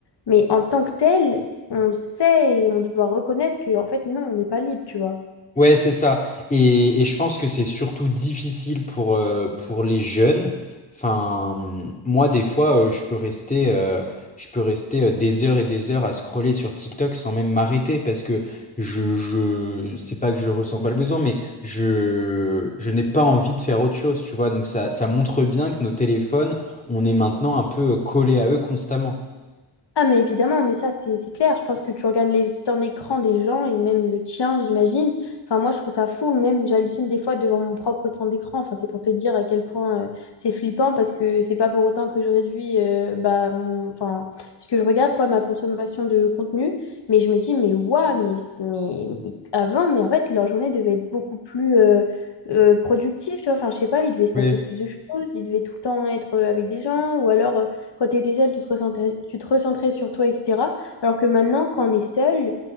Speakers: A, on the left; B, on the left.
A: mais en tant que tel, on sait et on doit reconnaître que, en fait, non, on n'est pas libre, tu vois.
B: Ouais, c'est ça. Et, et je pense que c'est surtout difficile pour, euh, pour les jeunes. Enfin, moi, des fois, euh, je peux rester, euh, je peux rester euh, des heures et des heures à scroller sur TikTok sans même m'arrêter parce que je, je, c'est pas que je ressens pas le besoin, mais je, je n'ai pas envie de faire autre chose, tu vois. Donc ça, ça montre bien que nos téléphones, on est maintenant un peu collés à eux constamment.
A: Ah, mais évidemment, mais ça, c'est c'est clair. Je pense que tu regardes les temps d'écran des gens et même le tien, j'imagine. Enfin, moi, je trouve ça fou. Même, j'hallucine des fois devant mon propre temps d'écran. Enfin, c'est pour te dire à quel point euh, c'est flippant parce que c'est pas pour autant que je réduis euh, bah, mon, enfin, ce que je regarde, quoi, ma consommation de contenu. Mais je me dis, mais waouh, mais, mais, mais avant, mais en fait, leur journée devait être beaucoup plus. euh, euh, productive, tu vois. Enfin, je sais pas, il devait se
B: Oui,
A: passer plus de choses, ils devaient tout le temps être euh, avec des gens, ou alors quand tu étais seul, tu te recentrais, tu te recentrais sur toi, etc. Alors que maintenant, quand on est seul,